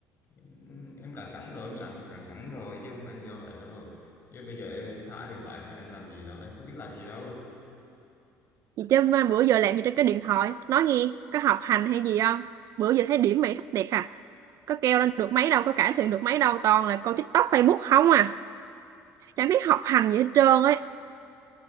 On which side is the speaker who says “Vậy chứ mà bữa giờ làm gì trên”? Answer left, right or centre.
Right